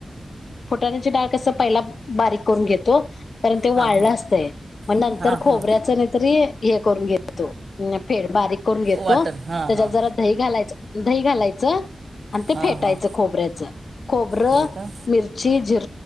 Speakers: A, on the left; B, on the right.
A: फुटाण्याची डाळ कस पहिला बारीक करून घेतो. कारण ते
B: हां
A: वाढलं असतंय मग
B: हां
A: नंतर खोबऱ्याच
B: हां हां
A: नाहीतरी हे करून घेत. तो फेड बारीक करून घेतो
B: वाटण
A: त्याच्यात
B: हां हां
A: जरा दही घालायचं. दही घालायचं आणि ते
B: हां
A: फेटायचं
B: हां
A: खोबऱ्याच खोबरं,
B: होय का
A: मिरची, जिर